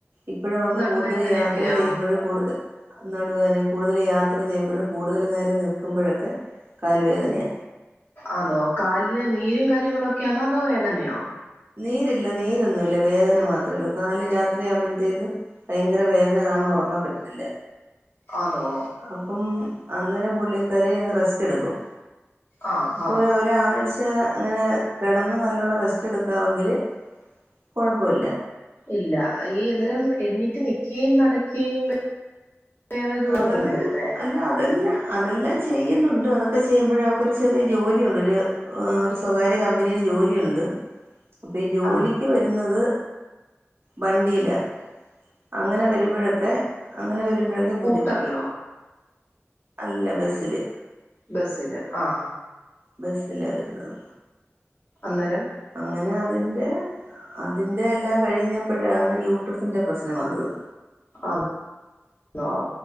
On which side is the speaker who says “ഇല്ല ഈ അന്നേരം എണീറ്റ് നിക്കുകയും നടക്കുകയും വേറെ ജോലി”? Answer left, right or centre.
Left